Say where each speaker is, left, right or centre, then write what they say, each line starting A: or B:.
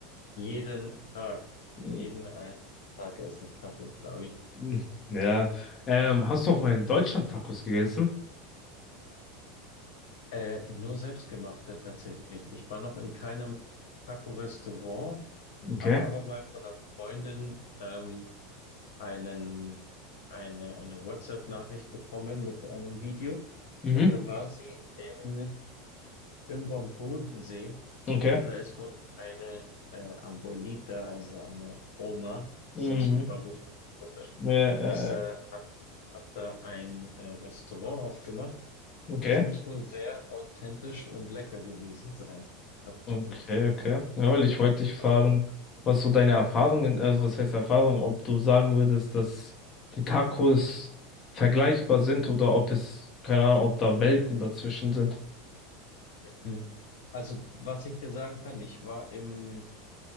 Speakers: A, on the left; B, on the left.
A: Jeden Tag,
B: <laughs>
A: jeden einzelnen Tag esse ich Tacos, glaube ich.
B: Mhm. Ja. Ähm, hast du auch mal in Deutschland Tacos gegessen?
A: Äh, nur selbstgemachte tatsächlich. Ich war noch in keinem Taco-Restaurant,
B: Okay.
A: habe aber mal von einer Freundin ähm, einen, eine, eine WhatsApp-Nachricht bekommen mit einem Video.
B: Mhm.
A: Und da war sie in irgendwo am Bodensee
B: Okay.
A: und da ist wohl eine äh, Abuelita, also eine Oma,
B: Mhm.
A: sowas wie Babuschka auf Russisch,
B: Ja, ja,
A: ist,
B: ja.
A: äh, hat, hat da ein äh, Restaurant aufgemacht
B: Okay.
A: und das muss wohl sehr authentisch und lecker gewesen sein, tatsächlich.
B: Okay, okay. Ja, weil ich wollte dich fragen,
A: Aber,
B: was so deine Erfahrungen, also was heißt Erfahrung, ob du sagen würdest, dass die Tacos vergleichbar sind oder ob es, keine Ahnung, ob da Welten dazwischen sind.
A: mhm. Also, was ich dir sagen kann, ich war im